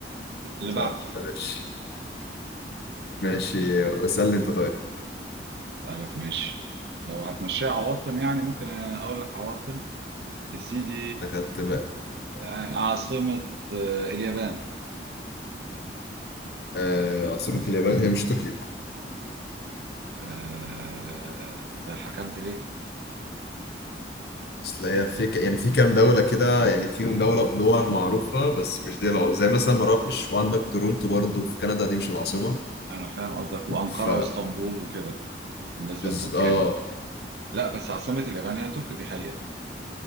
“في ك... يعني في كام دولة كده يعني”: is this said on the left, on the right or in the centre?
Left